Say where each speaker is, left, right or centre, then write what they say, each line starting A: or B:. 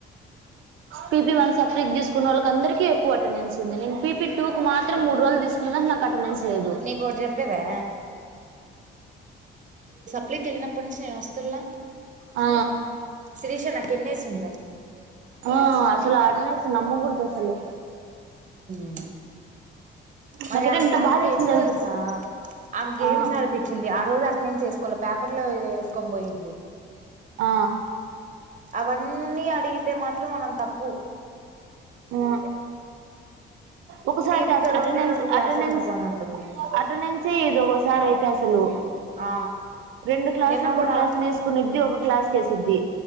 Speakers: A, on the right; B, on the right.
A: పిపీ వన్ సబ్ ఫ్రిజ్ తీసుకునే వాళ్ళకి అందరిక ఎక్కువ అటెండెన్స్ ఉంది నేను పిపీ టూత్ర మూడు రోజులు తీసుకున్న నాకు అటినెన్స్ లేదు
B: నీకు ఒకటి చెప్పేదా పెళ్ళి కి వెళ్ళినప్పుడు నుంచిినే వస్త లే
A: ఆ
B: శిరిష నా పిన్నెస్ ఉంధా
A: ఆ ఆసలు ఆ అటెండెన్స్ నమ్ముకుడధాసలు
B: ఉమ్ మరి
A: నాకైతే
B: ఆమె
A: ఎంత
B: క్లాసుకి
A: బాధ వేసింది
B: ఎన్నో తెలుసా ఆమె గేమ్స్
A: ఆ
B: ఆడిపిచ్చింది. ఆ రోజు అటెనెన్స్ ఏసుకోల పేపర్ లొ ఏస్ కొని పోయింది.
A: ఆ
B: అవన్నీ అడిగితే మాత్రం మనం తప్పు
A: ఆ ఒక్కసారి
B: తీరిగ్గా
A: ఐతే అట
B: రెండే
A: అటెనెన్స్
B: రెండు క్లాసులు
A: అటెనెన్స్
B: నువ్వు అని అంటుంది
A: అటెనెన్సె ఎయ్యదు ఒగోసా సార్ అయితే అసలు
B: ఆ
A: రెండు క్లాసులు
B: నిన్న
A: మూడు
B: కూడా
A: క్లాసులు తీసుకొనిద్ది ఒక క్లాస్ కె సిద్ధి